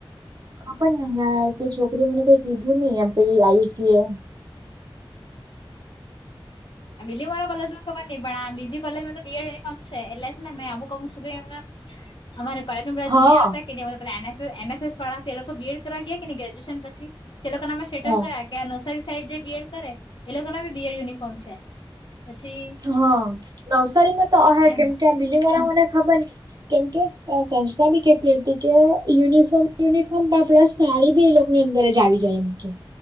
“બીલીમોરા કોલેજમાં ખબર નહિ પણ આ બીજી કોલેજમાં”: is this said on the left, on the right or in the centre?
Left